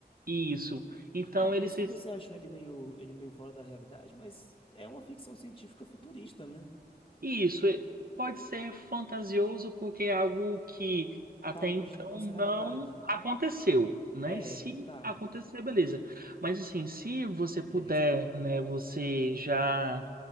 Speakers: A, on the right; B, on the left.
A: isso. Então
B: Ah, por
A: ele
B: isso
A: se
B: que você achou ele meio, ele meio fora da realidade, mas é uma ficção científica futurista, né?
A: isso e- pode ser fantasioso porque é algo que até
B: Tá longe
A: então
B: da nossa realidade.
A: não aconteceu, né?
B: É,
A: Se
B: tá.
A: acontecer, beleza. Mas assim, se você
B: Não,
A: puder,
B: beleza, não.
A: né, você já